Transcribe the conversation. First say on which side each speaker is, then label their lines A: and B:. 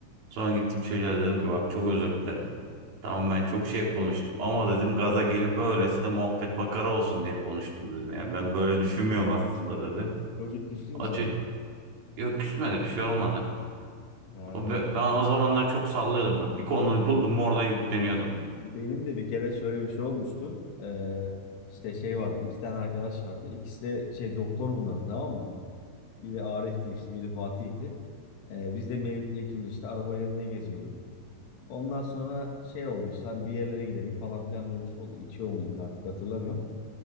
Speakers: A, on the right; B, on the left.
A: Sonra gittim çocuğa dedim ki bak çok özür dilerim. Tamam ben çok şey konuştum ama dedim gaza gelip öylesine muhabbet makara olsun diye konuştum dedim. Yani ben böyle düşünmüyorum aslında dedim.
B: Çocuk küstü
A: O
B: mü sana?
A: ço- yok küsmedi bir şey olmadı.
B: Ha.
A: O, be- ben o zamanlar çok sallıyordum. Böyle Bir konuyu buldum mu oradan yükleniyordum.
B: Benim de bir kere şöyle bir şey olmuştu. Ee, işte şey vardı. iki tane arkadaş vardı. İkisi de şey doktor bunların tamam mı? Biri Arif'ti işte, biri Fatih'ti. Ee, biz de Mevlüt'le ikimiz işte arabayla mı ne geziyorduk. Ondan sonra şey oldu işte hadi bir yerlere gidelim falan filan mevzusu oldu. İçiyor muyduk artık hatırlamıyorum.